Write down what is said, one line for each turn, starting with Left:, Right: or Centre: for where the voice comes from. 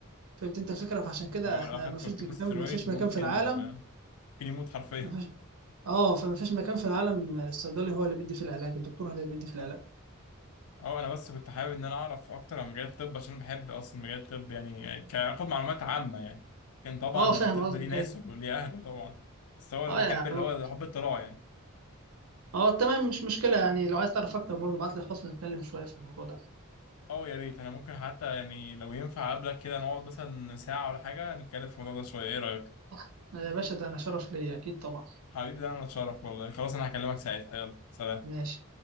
Right: فهمت انت الفكره فعشان كده
Left: هو
Right: احنا
Left: لو أخد
Right: ما
Left: كورتيكوستيرويد
Right: فيش مكان ما فيش مكان
Left: ممكن
Right: في العالم
Left: ممكن يموت حرفيا
Right: ما فيش اه فما فيش مكان في العالم الصيدلي هو اللي بيدي في العلاج الدكتور هو اللي بيدي في العلاج
Left: اه انا بس كنت حابب ان انا اعرف اكتر عن مجال الطب عشان بحب اصلا مجال الطب يعني كاخد معلومات عامه يعني كان طبعا
Right: اه فاهم
Left: الطب
Right: قصدك
Left: ليه ناس
Right: ايه
Left: وليه اهل طبعا بس هو انا
Right: اه
Left: بحب
Right: يعني
Left: اللي هو حب الاطلاع يعني
Right: اه تمام مش مشكله يعني لو عايز تعرف اكتر برضه ابعت لي خاص نتكلم شويه في الموضوع ده
Left: اه يا ريت انا ممكن حتى يعني لو ينفع اقابلك كده نقعد مثلا ساعه ولا حاجه نتكلم في الموضوع ده شويه ايه رايك
Right: صح آه، يا باشا ده انا شرف ليا اكيد طبعا
Left: حبيبي ده انا اتشرف والله خلاص انا هكلمك ساعتها يلا سلام
Right: ماشي